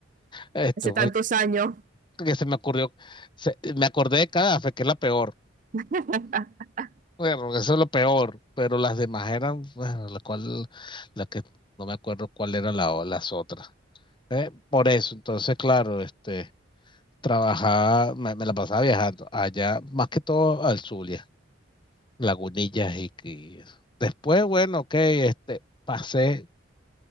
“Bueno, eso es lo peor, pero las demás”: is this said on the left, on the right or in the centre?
Left